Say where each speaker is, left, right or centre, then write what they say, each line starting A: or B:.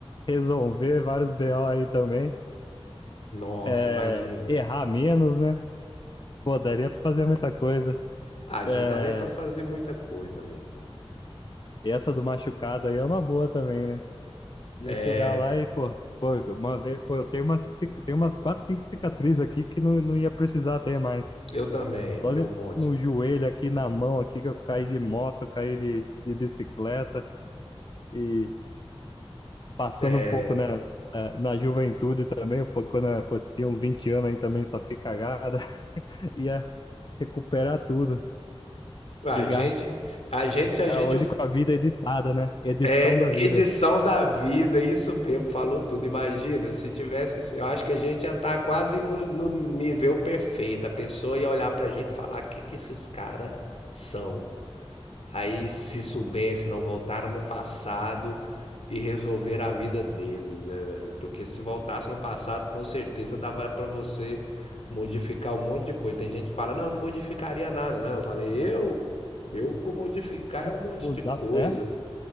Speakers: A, on the left (about 50°); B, on the left (about 80°).
A: resolver vários BO aí também,
B: Nossa,
A: é,
B: imagina.
A: errar menos, né? Pô, daria pra fazer muita coisa.
B: Ah, agendaria
A: É,
B: pra fazer muita coisa mesmo.
A: e essa do machucado aí é uma boa também, né? Ia
B: É.
A: chegar lá e, pô, pô, uma vez, pô, eu tenho umas, cic- tenho umas quatro, cinco cicatrizes aqui que não, não ia precisar ter mais.
B: Eu também, tem
A: Só de-
B: um monte.
A: no joelho aqui, na mão aqui, que eu caí de moto, caí de, de bicicleta e passando
B: É,
A: um pouco na, eh, na juventude também, um pouco quando eu pô, tinha uns 20 anos aí também, só fiz cagada, <laughs> ia recuperar tudo,
B: a
A: chegar
B: gente, a gente, a
A: chegar
B: gente
A: hoje com a vida editada, né? Edição
B: é
A: da vida.
B: edição da vida, isso mesmo, falou tudo. Imagina, se tivesse, eu acho que a gente já tá quase no, no nível perfeito. A pessoa ia olhar pra gente e falar: o que que esses caras são? Aí, se soubesse, não voltaram no passado e resolveram a vida deles, né, velho? Porque se voltasse no passado, com certeza dava pra você modificar um monte de coisa. Tem gente que fala, não, eu não modificaria nada, né? Eu falei, eu, eu vou modificar
A: E
B: um monte
A: mudar,
B: de coisa,
A: é,